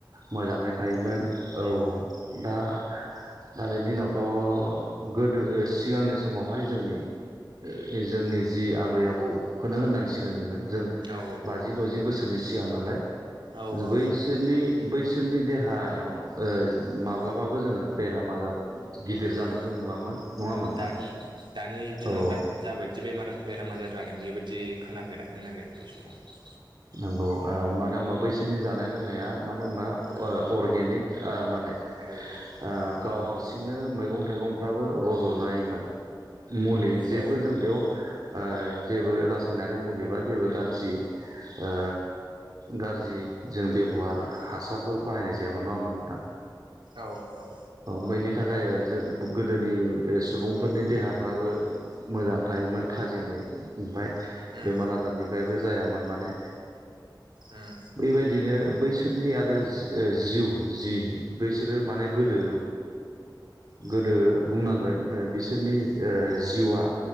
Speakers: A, on the right; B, on the right.
A: मोजाङै थायोमोन औ
B: उम
A: दा दानि दिनावथ' गोदो सिगांनि समावहाय जोंनि ओ जोंनि जि आबै आबौखौनो होननांसिगोन जोङो जों
B: औ
A: बाजि द'जि बो सोरनि सिगां नालाय।
B: औ
A: ज
B: औ
A: बैसोरनि बैसोरनि देहायाव ओ माब्ला बाबो जोङो बेराम आजार
B: उम
A: जानायखौ नुवामोन नङामोन
B: दा
A: नोंथां
B: दानि दिनाव
A: औ
B: दा जाबायदि बेमार बेराम आजार जादों बेबायदि खोनाफेराखैमोन आरो बै समाव
A: नंगौ ओ मानो होनबा बैसोरनि जानाय लोंनाया मानो होनबा अ अर्गेनिक ओ माने
B: औ
A: ओ गाव
B: औ
A: हारसिंनो मैगं थाइगंफ्राबो रज'नायमोन मुलि जेबो
B: औ
A: जों बेयाव ओ जेबो रासायनारि मुलि बा जेबो गाज्रि ओ गाज्रि जों बेब'हार हासारफोर बाहायनाय जायामोन नङामोन नोंथां
B: औ औ
A: औ बैनि थाखाय जो गोदोनि सुबुंफोरनि देहाफ्राबो मोजां थायोमोन थाजिमै ओमफाय
B: उम
A: बेमार आजारनिफ्रायबो जायामोन माने
B: उम
A: बेबायदिनो बैस सोरनि आरो जिउ जि बैसोरो माने गोदो गोदो बुंनांगोन बिसोरनि ओ जिउआ